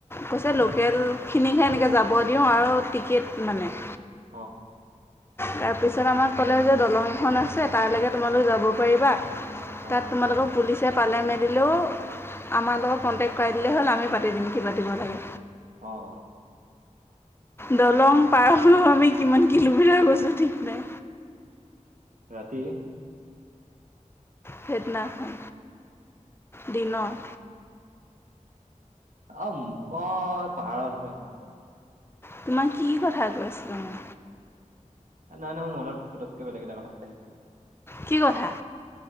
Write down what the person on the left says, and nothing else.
কৈছে লোকেলখিনিকহে এনেকৈ যাব দিওঁ আৰু টিকেট মানে
তাৰপিছত আমাক ক'লে যে দলং এখন আছে তাৰলৈকে তোমালোক যাব পাৰিবা
তাত তোমালোকক পুলিচে পালে মেলিলেও আমাৰ লগত কণ্টেক্ট কৰাই দিলেই হ'ল আমিও পাতি দিম কি পাতিব লাগে।
দলং পাৰ হৈ আমি কিমান কিলোমিটাৰ গৈছো ঠিক নাই।
সেইদিনাখন দিনত।
তোমাক কি কথা কৈ আছিলো মই?
কি কথা?